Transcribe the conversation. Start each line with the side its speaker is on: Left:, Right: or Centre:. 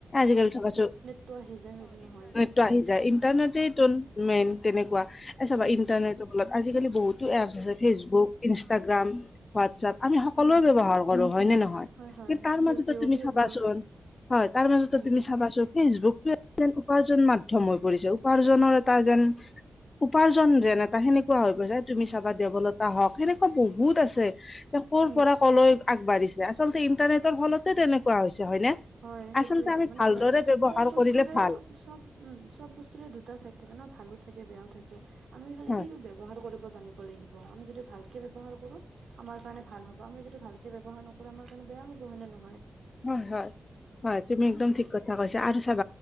Left: আজিকালি চাবাচো।
Right: টো আহি যায় হয়নে নহয়।
Left: ত আহি যায় ইণ্টাৰনেট মেইন তেনেকুৱা এ চাবা
Right: উম
Left: ইণ্টাৰনেটৰ ফলত আজিকালি বহুত। টো এপছ আছে ফেচবুক ইনষ্টাগ্ৰাম। হোৱাটছপ আমি সকলোৱে
Right: উম
Left: ব্যৱহাৰ কৰো হয় নে নহয়
Right: হয় হয়
Left: কিন্তু তাৰ
Right: ইউটিউব
Left: মাজটো তুমি
Right: সেইবোৰ
Left: চাবাচোন। হয় তাৰ মাজতো
Right: উম
Left: তুমি চাবাচোন ফেচবুক তোৱে। যেন উপাৰ্জন মাধ্যম হৈ পৰিছো উপাৰ্জনৰ এটা যেন উপাৰ্জন যেন এটা সেনেক। কোৱা হৈ গৈছা তুমি চাবা দেৱলতা হওঁক, সেনেকুৱা বহুত আছে। যে ক'ৰ
Right: উম
Left: পৰা কলৈ আগবাঢ়িছা, আচলতে ইন্টাৰনেটৰ ফলতে তেনেকুৱা হৈছে হয়নে।
Right: হয় সেইটোয়ে
Left: আচলতে আমি
Right: মানে
Left: ভালদৰে
Right: চোৱা
Left: ব্যৱহাৰ
Right: চব বস্তুৰে
Left: কৰিলে ভাল।
Right: চব উম চব বস্তুৰে দুটা চাইড থাকে ন ভালো, থাকে বেয়াও থাকে, আমি হলে
Left: হয়
Right: কি টো বে। ব্যৱহাৰ কৰিব জানিব লাগিব আমি যদি ভালকে ব্যৱহাৰ কৰোঁ আমাৰ। আমাৰ কাৰণে ভাল হ'ব আমি যদি ভালকে ব্যৱহাৰ নকৰো আমাৰ কাৰণে বেয়া হব হয় নে নহয়।
Left: হয় হয়। হয়, তুমি একদম ঠিক কথা কৈছা, আৰু হয় তুমি একদম ঠিক কথা কৈছা